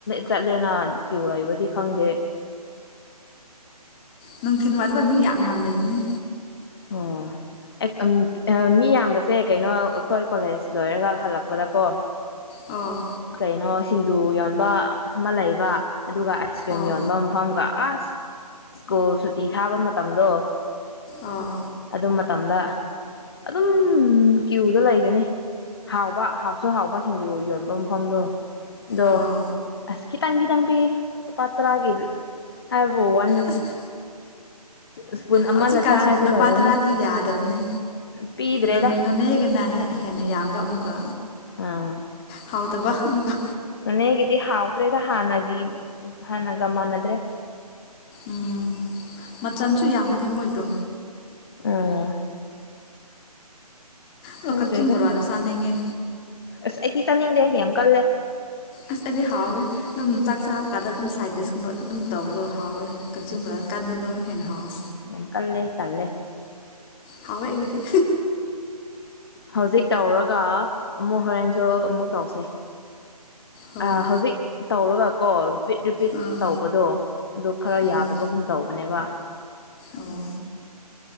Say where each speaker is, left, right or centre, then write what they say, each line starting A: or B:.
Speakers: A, on the left; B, on the left.
A: ꯆꯠꯂꯦꯅ ꯀꯤꯎ ꯂꯩꯕꯗꯤ ꯈꯪꯗꯦ
B: ꯅꯨꯡꯊꯤꯟ ꯋꯥꯢꯗ ꯃꯤ ꯌꯥꯝ ꯌꯥꯝ ꯂꯩꯕꯅꯦ
A: ꯑꯣ ꯑꯦꯛ ꯑꯝ ꯑꯥ ꯃꯤ ꯌꯥꯝꯕꯁꯦ ꯀꯩꯅꯣ ꯑꯩꯈꯣꯏ ꯀꯣꯂꯦꯖ ꯂꯣꯏꯔꯒ ꯍꯜꯂꯛꯄꯗꯀꯣ
B: ꯑꯣ
A: ꯀꯩꯅꯣ ꯁꯤꯡꯖꯨ ꯌꯣꯟꯕ ꯑꯃ ꯂꯩꯕ ꯑꯗꯨꯒ ꯑꯥꯏꯁ ꯀ꯭ꯔꯤꯝ
B: ꯑꯣ
A: ꯌꯣꯟꯕ ꯃꯐꯝꯒ ꯑꯁ ꯁ꯭ꯀꯨꯜ ꯁꯨꯇꯤ ꯊꯥꯕ ꯃꯇꯝꯗꯣ
B: ꯑꯣ
A: ꯑꯗꯣ ꯃꯠ ꯃꯇꯝꯗ ꯑꯗꯨꯝ ꯀ꯭ꯌꯨꯗ ꯂꯩꯒꯅꯤ ꯍꯥꯎꯕ ꯍꯥꯎꯁꯨ ꯍꯥꯎꯕ ꯁꯤꯡꯖꯨ ꯌꯣꯟꯕ <unintelligible> ꯗꯣ
B: ꯑꯣ
A: ꯑꯁ ꯈꯤꯇꯪ ꯈꯤꯇꯪ ꯄꯤ ꯂꯨꯄꯥ ꯇ꯭ꯔꯥꯒꯤ ꯍꯥꯏꯕꯨ ꯋꯥꯟ
B: ꯑꯁ
A: ꯁ꯭ꯄꯨꯟ ꯑꯃꯅ
B: ꯍꯧꯖꯤꯛꯀꯥꯟ
A: ꯆꯥꯔꯗꯤ
B: ꯁꯤꯡꯖꯨꯗꯣ
A: ꯂꯣꯏꯔꯅꯤ
B: ꯂꯨꯄꯥ ꯇꯔꯥꯗꯤ ꯌꯥꯗꯝꯅꯦ
A: ꯄꯤꯗ꯭ꯔꯦꯗ
B: ꯅꯟ ꯅꯣꯅꯦꯒꯅꯍꯦꯠ ꯍꯦꯟꯅ ꯌꯥꯝꯕ ꯑꯃꯨꯛꯀ
A: ꯑꯥ
B: ꯍꯥꯎ ꯇꯕ ꯑꯃꯨꯝꯀ
A: ꯅꯣꯅꯦꯒꯤꯗꯤ ꯍꯥꯎꯗ꯭ꯔꯦꯗ ꯍꯥꯟꯅꯒꯤ ꯎ ꯍꯥꯟꯅꯒ ꯃꯥꯟꯅꯗ꯭ꯔꯦ
B: ꯎꯝ ꯃꯆꯜꯁꯨ ꯌꯥꯝꯗꯦ ꯃꯣꯏꯗꯣ
A: ꯑꯥ
B: ꯑꯣ
A: ꯈꯪꯗ꯭ꯔꯦꯗ
B: ꯀꯛꯆꯤꯡ ꯕꯣꯔꯥꯗꯣ ꯆꯥꯅꯤꯡꯉꯦ
A: ꯑꯁ ꯑꯩꯗꯤ ꯆꯥꯅꯤꯡꯗꯦ ꯌꯥꯝ ꯀꯜꯂꯦ
B: ꯑꯁ ꯑꯩꯗꯤ ꯍꯥꯎꯋꯦ ꯑꯗꯨꯝ ꯆꯥꯛ ꯆꯥꯕ ꯀꯥꯗꯒꯨꯝꯕ ꯁꯥꯏꯗꯤꯁꯀꯨꯝꯕ ꯑꯗꯨꯝ ꯇꯧꯕꯗꯣ ꯍꯥꯎꯋꯦ ꯀꯛꯆꯤꯡ ꯕꯣꯔꯥ ꯀꯥꯟꯕꯗꯣ ꯍꯦꯟ ꯍꯥꯎꯋꯦ
A: ꯌꯥꯝ ꯀꯜꯂꯦ ꯇꯜꯂꯦ
B: ꯍꯥꯎꯋꯦ ꯑꯩꯒꯤꯗꯤ
A: ꯍꯧꯖꯤꯛ ꯇꯧꯔꯒ ꯑꯃꯨꯛ ꯍꯣꯔꯦꯟꯁꯨ ꯑꯃꯨꯛ ꯇꯧꯁꯦ
B: ꯍꯣꯏ
A: ꯑ ꯍꯧꯖꯤꯛ ꯇꯧꯔꯒꯀꯣ ꯔꯤꯄꯤꯠ ꯔꯤꯄꯤꯠ
B: ꯑꯥ
A: ꯇꯧꯕꯗꯣ ꯑꯗꯨ ꯈꯔ
B: ꯎꯝ
A: ꯌꯥꯗꯕꯒꯨꯝ ꯇꯧꯕꯅꯦꯕ
B: ꯑꯣ